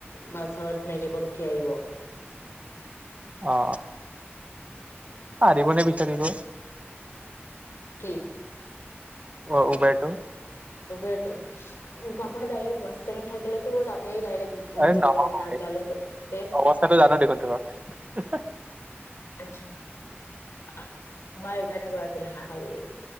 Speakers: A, on the left; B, on the right.
A: বাছত মেজিকত উঠি আহিব
B: অ। পাৰিবনে বিচাৰিব
A: কি
B: অ উবেৰতো
A: উবেৰতো উ কাপ্পা ডাইৰেকট বাছ তাতে থাকিলে তাতেই ডাইৰেক
B: আৰে
A: বুক
B: নহয়
A: কৰি দিম ন জালুক বাৰী তে
B: অৱস্থাটো <unintelligible>
A: আচ্ছা বাই সেকাণৰে কৈ আছিলো নাহ বুলি